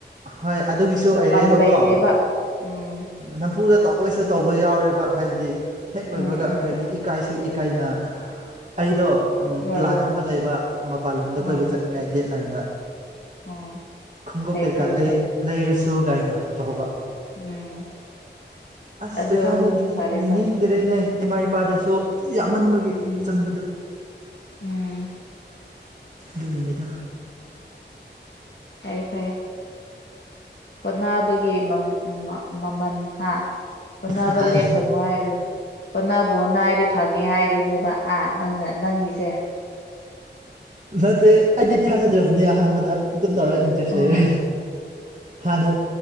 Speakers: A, on the right; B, on the left.
A: ꯍꯣꯏ ꯑꯗꯨꯒꯤꯁꯨ
B: ꯃꯇꯝ
A: ꯑꯣꯏꯔꯦꯕꯀꯣ
B: ꯂꯩꯇꯦꯕ ꯎꯝ
A: ꯅꯝꯐꯨꯗ ꯇꯧꯑꯣꯏꯁꯨ ꯇꯧꯕ ꯌꯥꯎꯔꯦꯕ ꯍꯥꯏꯕꯗꯤ ꯍꯦꯛ ꯂꯣꯏꯕꯒ
B: ꯎꯝ ꯎꯝ
A: ꯍꯥꯏꯕꯗꯤ
B: ꯎꯝ
A: ꯏꯀꯥꯏꯁꯨ
B: ꯎꯝ
A: ꯏꯀꯥꯏꯅ ꯑꯩꯗꯣ
B: ꯍꯣꯏ
A: ꯄ꯭ꯂꯥꯟ
B: ꯍꯣꯏ
A: ꯑꯃ ꯂꯩꯕ ꯃꯄꯥꯟ ꯂꯝꯗ
B: ꯎꯝ
A: ꯀꯣꯏꯕ ꯆꯠꯅꯤꯡꯉꯥꯏ ꯗꯦꯠ ꯅꯥꯏꯟꯗ
B: ꯎꯝ
A: ꯈꯣꯡꯎꯞ
B: ꯐꯩ
A: ꯀꯩꯀꯥ
B: ꯐꯩ ꯐꯩ
A: ꯂꯩꯔꯁꯨ ꯀꯥꯏꯅ ꯍꯥ ꯇꯣꯛꯍꯧꯕ
B: ꯎꯝ
A: ꯑꯁ
B: ꯑꯗꯨ
A: ꯄꯩꯁꯥꯗꯣ
B: ꯐꯔꯦ ꯐꯔꯦ
A: ꯅꯤꯡꯗ꯭ꯔꯦꯅꯦ ꯏꯃꯥ ꯏꯄꯥꯗꯁꯨ ꯌꯥꯝꯃꯟꯕꯒꯤ
B: ꯎꯝ
A: ꯆꯪꯕꯗꯨ
B: ꯎꯝ
A: ꯑꯗꯨꯚꯩꯗ
B: ꯐꯩ ꯐꯩ ꯍꯣꯠꯅꯕꯒꯤ ꯃꯃꯜ ꯍꯥ ꯍꯣꯠꯅꯕ
A: ꯍꯥꯏ
B: ꯂꯦꯞꯀꯅꯨ ꯍꯥꯏꯗꯨ ꯍꯣꯠꯅꯕ ꯍꯣꯠꯅ ꯍꯥꯏꯔꯗꯤ ꯐꯪꯉꯦ ꯍꯥꯏꯗꯨꯅꯦꯕ ꯑꯥ ꯅꯪꯅ ꯅꯪꯤꯁꯦ
A: ꯅꯠꯇꯦ ꯑꯩꯗꯤ ꯊꯥꯖꯗ꯭ꯔꯕꯅꯦ ꯑꯍꯥꯟꯕꯗ ꯇ ꯇꯧꯔ ꯏꯟꯇꯔꯦꯁ
B: ꯎꯝ
A: ꯂꯩꯔ ꯍꯥꯟꯅ